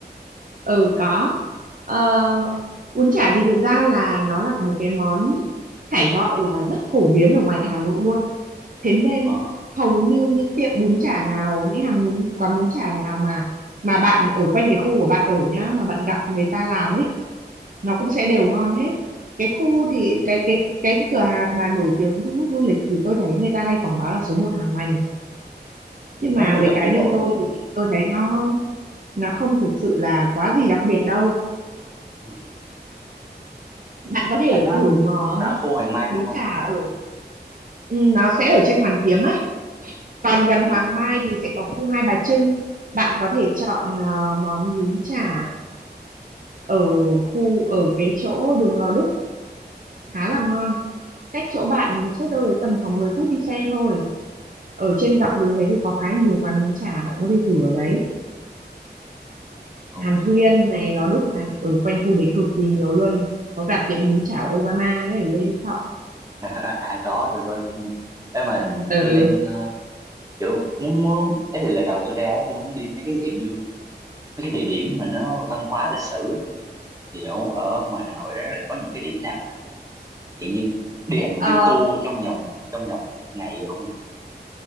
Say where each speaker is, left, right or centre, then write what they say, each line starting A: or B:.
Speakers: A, on the right; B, on the right.
A: ừ có ờ, bún chả thì thực ra là nó là một cái món phải gọi là rất phổ biến ở ngoài Hà Nội luôn thế nên
B: Ờ,
A: hầu như những tiệm bún chả nào những hàng bún quán bún chả nào mà mà bạn ở quanh cái khu của bạn ở nhá mà bạn gặp người ta làm ấy nó cũng sẽ đều ngon hết cái khu thì
B: ừ.
A: cái cái cái cái cửa hàng mà nổi tiếng thu hút du lịch thì tôi thấy người ta hay quảng bá là số một hàng mành.
B: Nó
A: nhưng mà
B: có
A: với
B: gần
A: cá
B: cái
A: nhân
B: chỗ
A: tôi
B: tôi
A: thì
B: đó.
A: tôi thấy
B: Ờ,
A: nó nó không thực sự là quá gì đặc biệt đâu
B: ừ.
A: bạn có thể
B: Là nó,
A: thử món
B: nó ở khu Hoàng Mai
A: bún
B: luôn không?
A: chả ở ừ, nó sẽ ở trên Hoàn Kiếm ấy còn
B: À, Hoàn
A: gần
B: Kiếm.
A: Hoàng Mai thì
B: Ừ.
A: sẽ có khu Hai Bà Trưng bạn có thể chọn ờ, món bún chả ở khu ở cái chỗ đường Lò Đúc khá là
B: Ừ.
A: ngon cách chỗ bạn chắc đâu đấy tầm khoảng 10 phút đi xe thôi ở trên
B: Ừ.
A: dọc đường đấy thì có khá là nhiều quán bún chả bạn có thể thử ở đấy
B: Ok.
A: Hàn Thuyên này Lò Đúc này ở quanh khu đấy cực kỳ nhiều luôn có cả tiệm bún chả Obama nữa này Lê Đức Thọ
B: <laughs> À có, tôi coi, tôi có nghe. Ê mà
A: ừ
B: tôi đang ờ, kiểu muốn muốn ấy là lần đầu tôi ra á, tôi muốn đi mấy cái dạng như mấy cái địa điểm mà nó văn hóa lịch sử á. thì ở ở ngoài Hà Nội đó là có những cái điểm nào mà dạng như đi hành một
A: Ờ,
B: cái tour trong vòng trong vòng một ngày được không?